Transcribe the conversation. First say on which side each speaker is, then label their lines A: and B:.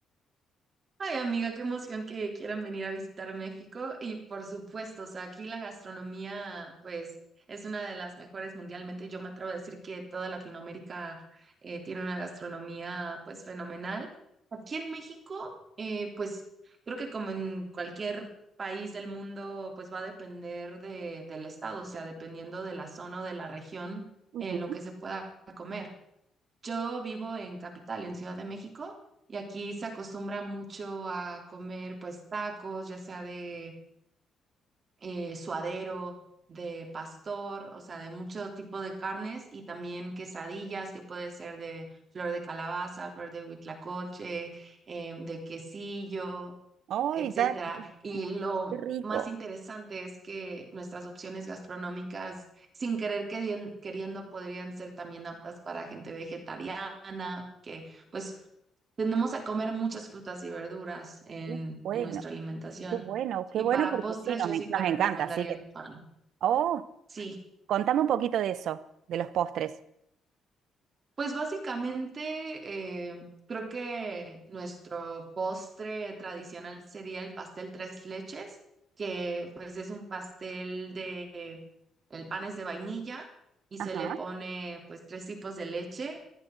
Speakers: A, on the right (about 45°); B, on the right (about 75°).
A: Ay, amiga, qué emoción que quieran venir a visitar México. Y por supuesto, o sea, aquí la gastronomía, pues, es una de las mejores mundialmente. Yo me atrevo a decir que toda Latinoamérica eh, tiene una gastronomía, pues, fenomenal. Aquí en México, eh, pues, creo que como en cualquier país del mundo, pues, va a depender de, del estado, o sea, dependiendo de la zona o de la región,
B: Ujú.
A: eh, lo que se pueda comer. Yo vivo en Capital, en Ciudad de México, y aquí se acostumbra mucho a comer pues tacos, ya sea de eh, suadero, de pastor, o sea, de mucho tipo de carnes y también quesadillas, que puede ser de flor de calabaza, flor de huitlacoche, eh, de quesillo
B: ¡Ay,
A: etcétera.
B: ya!
A: Y lo
B: ¡Qué rico!
A: más interesante es que nuestras opciones gastronómicas, sin querer querien- queriendo, podrían ser también aptas para gente vegetariana, que pues tendemos a comer muchas frutas y verduras en,
B: Qué Bueno.
A: en nuestra alimentación.
B: Qué bueno, qué
A: Y
B: bueno
A: para
B: porque
A: postres
B: sí, nos,
A: yo
B: en-
A: sí te
B: nos
A: recomendaría
B: encanta. Así que,
A: el pan.
B: oh,
A: Sí,
B: contame un poquito de eso, de los postres.
A: Pues básicamente eh, creo que nuestro postre tradicional sería el pastel tres leches, que pues es un pastel de, el pan es de vainilla y se
B: Ajá,
A: le pone pues tres tipos de leche